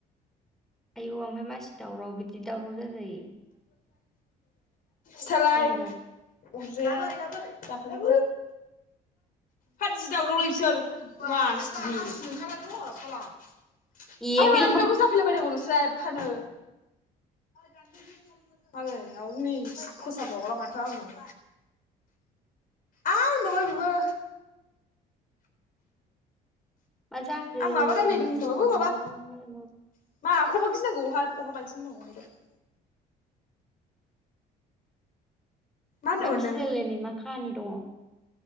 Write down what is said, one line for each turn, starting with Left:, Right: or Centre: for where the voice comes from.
Centre: आयौ ओमफ्राय मानसि दावराव बिदि दावराव जाजायो
Left: सालायो
Centre: आंनिबा
Left: उरजाया दाखा <unintelligible> फादज दावदावलै बिसोर मंखाराथ' <unintelligible>
Centre: ए
Left: ओमफ्राय
Centre: गैला
Left: मानि दावराव जाफैलायबायायनांगौ नोंसोरा एफानो गाननो <unintelligible> मालायाव नै फोसाबावला माथो आङो आर माबा बेबो
Centre: माजाखो एथ
Left: आं माबा रायलायदों होनखाबाबो
Centre: दावरावलाय
Left: माबा <unintelligible> होनदोंमोन
Centre: मा गिलायलायनाय
Left: नों
Centre: मा खाहानि दङ